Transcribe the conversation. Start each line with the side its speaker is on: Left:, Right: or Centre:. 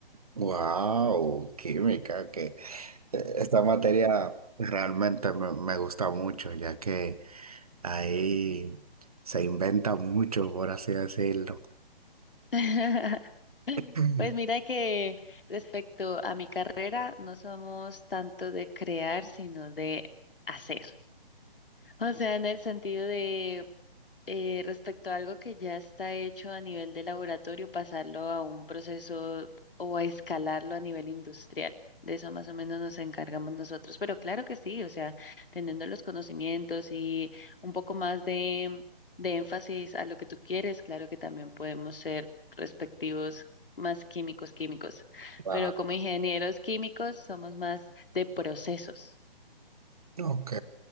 Right: Wow, química, que eh, esta materia realmente me, me gusta mucho, ya que ahí se inventa mucho, por así decirlo.
Left: <laughs>
Right: <clears throat>
Left: Pues mira que respecto a mi carrera, no somos tanto de crear, sino de hacer. O sea, en el sentido de eh, respecto a algo que ya está hecho a nivel de laboratorio, pasarlo a un proceso o a escalarlo a nivel industrial. De eso más o menos nos encargamos nosotros. Pero claro que sí, o sea, teniendo los conocimientos y un poco más de, de énfasis a lo que tú quieres, claro que también podemos ser respectivos más químicos, químicos.
Right: Wow.
Left: Pero como ingenieros químicos somos más de procesos.
Right: Ok,